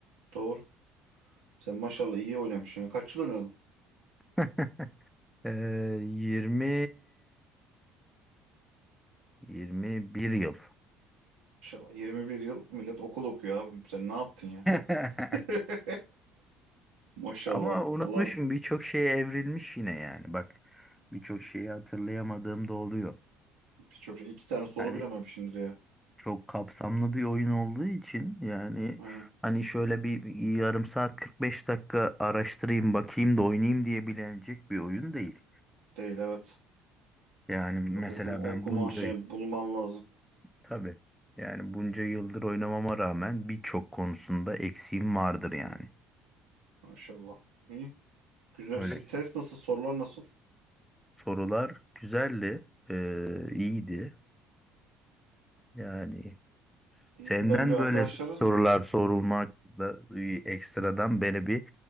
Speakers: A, on the right; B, in the centre.
A: Doğru. Sen maşallah iyi oynamışsın. ya. Kaç yıl oynadın?
B: <laughs> Ee, 20 21 yıl.
A: Maşallah 21 yıl millet okul okuyor abi. Sen ne yaptın ya?
B: <laughs>
A: <laughs> Maşallah.
B: Ama unutmuşum
A: Valla
B: birçok şeye evrilmiş yine yani. Bak birçok şeyi hatırlayamadığım da oluyor.
A: birçok şey. İki tane soru
B: Yani
A: bilememişsindir ya.
B: çok kapsamlı bir oyun olduğu için yani
A: Aynen.
B: hani şöyle bir bir yarım saat 45 dakika araştırayım bakayım da oynayayım diyebilecek bir oyun değil.
A: Değil evet.
B: Yani mesela
A: Çok okuma, okuman
B: ben bunca
A: şey bulman lazım.
B: tabii yani bunca yıldır oynamama rağmen birçok konusunda eksiğim vardır yani.
A: Maşallah. İyi Güzel.
B: Öyle.
A: Stres nasıl? Sorular nasıl?
B: Sorular güzeldi, eee, iyiydi. Yani
A: İyi,
B: senden
A: Ben
B: Evet.
A: bir arkadaşlara
B: böyle sorular sorulmak da bir ekstradan beni bir